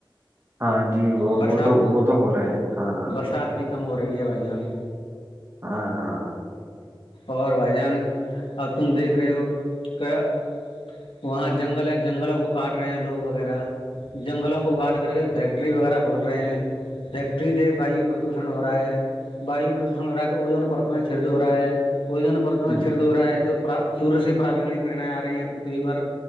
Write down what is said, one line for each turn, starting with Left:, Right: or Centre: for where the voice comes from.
Right: ہاں جی وہ
Left: برسات
Right: وہ تو وہ تو ہو رہا ہے ہاں ہاں
Left: برسات بھی کم ہو رہی ہے بھائی جان
Right: ہاں ہاں
Left: اور بھائی جان اب تم دیکھ رہے ہو کیا وہاں جنگل ہے جنگلوں کو کاٹ رہے ہیں لوگ وغیرہ جنگلوں کو کاٹ کر کے فیکٹری وغیرہ کھول رہے ہیں فیکٹری سے وایو پردوشن ہو رہا ہے واو پردوشن ہو رہا ہے تو وہ جو پرت میں چڑد ہو رہا ہے وہجون پرت
Right: جی
Left: چڑد ہو رہا ہے تو سور سے پرا کرنے آ رہی ہیں پرتھوی پر